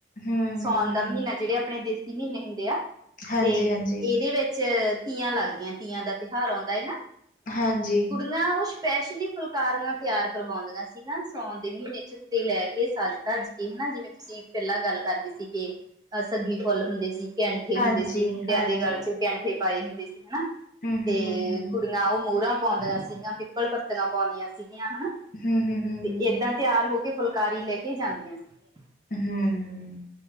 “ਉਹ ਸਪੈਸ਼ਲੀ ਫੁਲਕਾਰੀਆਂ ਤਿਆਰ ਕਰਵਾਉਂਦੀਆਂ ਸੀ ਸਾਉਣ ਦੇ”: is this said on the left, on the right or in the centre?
Right